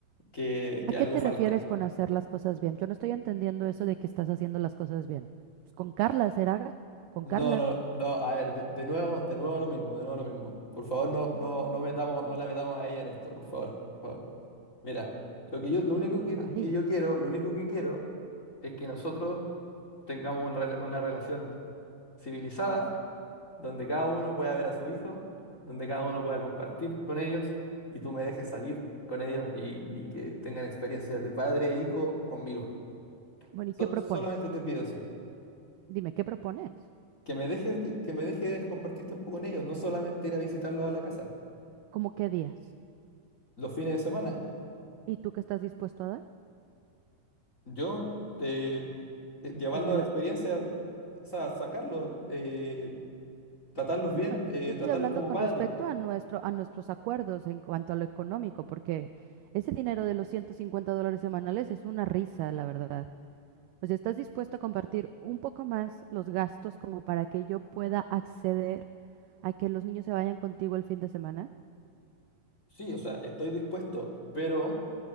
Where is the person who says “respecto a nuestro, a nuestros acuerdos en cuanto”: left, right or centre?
Right